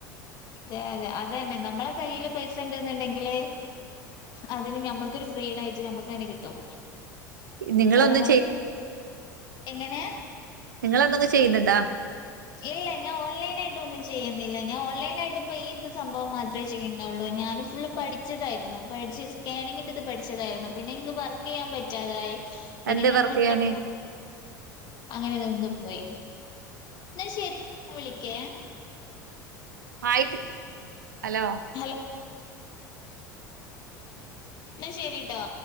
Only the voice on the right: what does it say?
നിങ്ങളൊന്നുംചെയ്യുന്നില്ല
നിങ്ങെളെന്തെന്ന് ചെയ്യുന്ന്ണ്ടാ
എന്തേ.
വർക്കെയ്യാഞ്ഞേ?
ആയിത്ത് അലോ